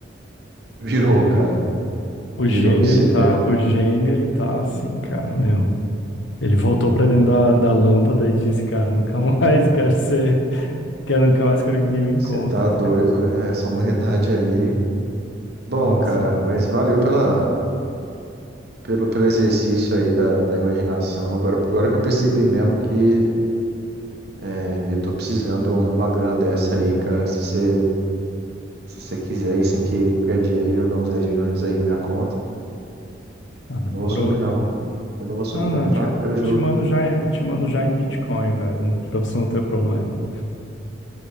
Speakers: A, on the right; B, on the left.
A: <laughs> Virou,
B: É,
A: cara.
B: O
A: Virou.
B: gênio,
A: Isso
B: ele
A: seria.
B: tá, o gênio, ele tá assim, cara, meu. Ele voltou pra dentro da, da lâmpada e disse, cara, nunca mais <laughs> quero ser, quero nunca mais quero que ninguém me encontre,
A: Você tá doido,
B: cara.
A: né? Essa humanidade aí. Bom,
B: Nossa,
A: cara, mas valeu pela, pelo, pelo exercício aí da, da imaginação. Agora, agora que eu percebi mesmo que É, eu tô precisando de uma grana dessa aí, cara. Se você, se você quiser aí, sem querer, qualquer dia aí, jogar uns 10 milhões aí na minha conta.
B: ah, demorou,
A: Eu não vou sumir,
B: cara.
A: não. Eu não vou sumir,
B: Não,
A: não,
B: não,
A: tá?
B: te,
A: Eu juro.
B: te mando já, em- te mando já em Bitcoin, velho, não- pra você não ter problema.